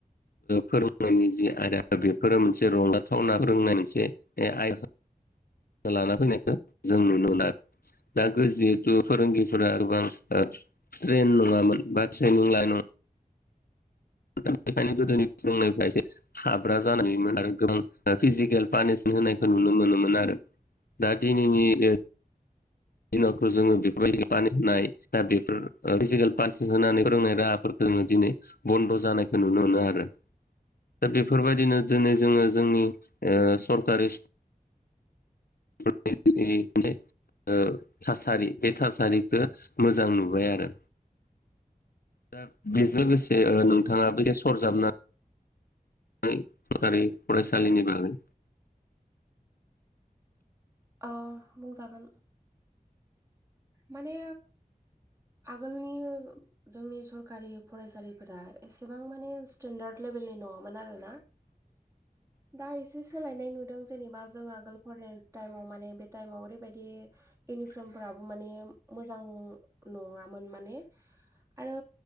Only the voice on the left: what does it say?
फोरोंनायनि जि आयदा बेफोरो मोनसे रंजाथावना रोंनाय मोनसे आय लाना फैनायखौ जों नुनो मोना दा जिहेथु फोरोंगिरिफोरा गोबां ट्रेन नङामोन बा ट्रेनिं लानाय नङोन दा बेखायनो गोदोनि जोंनिफ्राय एसे हाब्रा जानायमोन आरो गोबां फिजिकेल पानिसमेन होनायखौ नुनो मोनोमोन आरो दा दिनैनि दिनावथ' जोङो बेफोरबायदि पानेस होनाय दा बेफोर फिजिकेल प होनानै फोरोंनाय रा <unintelligible> दिनै बन्द' जानाय नुनो मोनो आरो दा बेफोरबायदिनो दिनै जोङो जोंनि ओ सरकारि सि <unintelligible> ओ थासारि बे थासारिखौ मोजां नुबाय आरो दा बेजों लोगोसे नोंथाङाबो जे सरजाबनानै सरखारि फरायसालिनि बागै